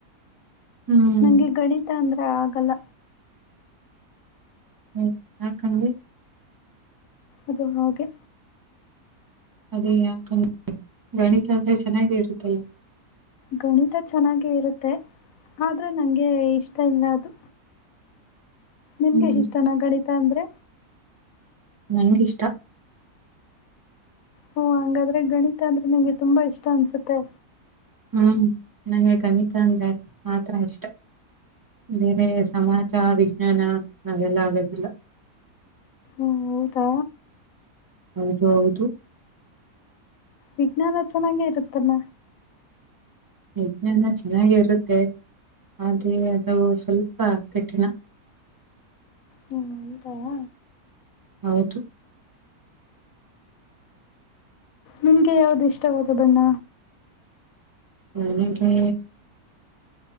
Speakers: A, on the right (about 25°); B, on the left (about 70°).
A: ಹ್ಮ್
B: ನಂಗೆ ಗಣಿತ ಅಂದ್ರೆ ಆಗಲ್ಲ.
A: ಹ್ಮ ಯಾಕ್ ಅಂಗೆ.
B: ಅದು ಹಾಗೆ.
A: ಅದೇ ಯಾಕ್ ಅಂಗೆ ಗಣಿತ ಅಂದ್ರೆ ಚೆನ್ನಾಗೆ ಇರುತ್ತಲ್ಲ.
B: ಗಣಿತ ಚೆನ್ನಾಗೆ ಇರುತ್ತೆ ಆದ್ರೆ ನಂಗೆ ಇಷ್ಟ ಇಲ್ಲ ಅದು. ನಿಮಗೆ
A: ಹ್ಮ್
B: ಇಷ್ಟನ ಗಣಿತ ಅಂದ್ರೆ.
A: ನಂಗ್ ಇಷ್ಟ.
B: ಹ್ಮ ಹಂಗಾದ್ರೆ ಗಣಿತ ಅಂದ್ರೆ ನಿಮ್ಗೆ ತುಂಬಾ ಇಷ್ಟ ಅನ್ಸುತ್ತೆ
A: ಹ್ಮ್ ನಂಗೆ ಗಣಿತ ಅಂದ್ರೆ ಮಾತ್ರ ಇಷ್ಟ ಬೇರೆ ಸಮಾಜ ವಿಜ್ಞಾನ ಅದೆಲ್ಲ ಆಗೋದಿಲ್ಲ <inaudible>
B: ಓ ಹೌದಾ
A: ಹೌದು ಹೌದು
B: ವಿಜ್ಞಾನ ಚೆನ್ನಾಗೆ ಇರುತ್ತಲ್ಲ
A: ವಿಜ್ಞಾನ ಚೆನ್ನಾಗಿರುತ್ತೆ ಆದೆ ಅದು ಸ್ವಲ್ಪ ಕಠಿಣ
B: ಹ್ಮ್ ಹೌದಾ
A: ಹೌದು
B: ನಿಮ್ಗೆ ಯಾವ್ದು ಇಷ್ಟವಾದ ಬಣ್ಣ
A: ನನಿಗೆ